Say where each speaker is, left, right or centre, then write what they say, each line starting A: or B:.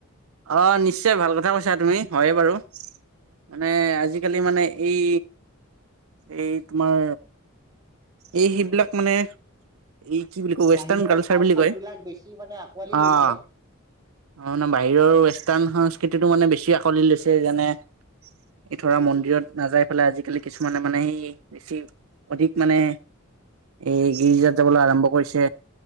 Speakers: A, on the right; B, on the right.
A: অ' নিশ্চয় ভাল কথা কৈছা তুমি। হয়ে বাৰু মানে আজি আজিকালি মানে এই, এই তোমাৰ এই সেইবিলাক মানে এই কি বুলি কয় ৱেষ্টাৰ্ণ
B: বাহিৰৰ
A: কালচাৰ বুলি কয়
B: বিলাক বেছি মানে আঁকোৱালি
A: অ',
B: লৈছে।
A: - অ' মানে বাহিৰৰ ৱেষ্টাৰ্ণ সংস্কৃতিটো মানে বেছি আকোঁৱালি লৈছে যেনে এই ধৰা মন্দিৰত নাযাই পেলাই আজিকালি কিছুমানে মানে সেই বেছি অধিক মানে এই গিৰ্জাত যাবলৈ আৰম্ভ কৰিছে